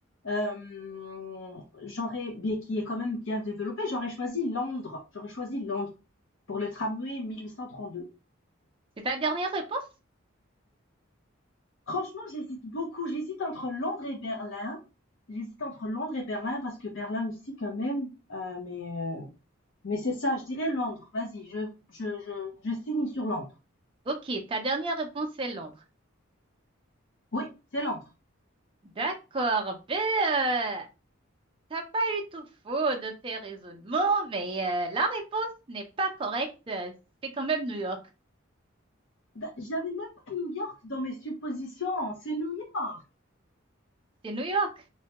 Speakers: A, on the left; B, on the right.
A: euh, j'aurais, bien- qui est quand même bien développé, j'aurais choisi Londres. J'aurais choisi Londres pour le tramway 1832.
B: C'est ta dernière réponse?
A: Franchement, j'hésite beaucoup. J'hésite entre Londres et Berlin. J'hésite entre Londres et Berlin parce que Berlin aussi quand même. Euh, mais euh, mais c'est ça, je dirais Londres. Vas-y, je, je, je, je signe sur Londres.
B: Ok, ta dernière réponse c'est Londres.
A: Oui, c'est Londres.
B: D'accord, ben, euh, t'as pas eu tout faux de tes raisonnements, mais euh, la réponse n'est pas correcte. euh, C'est quand même New York.
A: Ben, j'avais même pas New York dans mes suppositions. C'est New York.
B: C'est New York.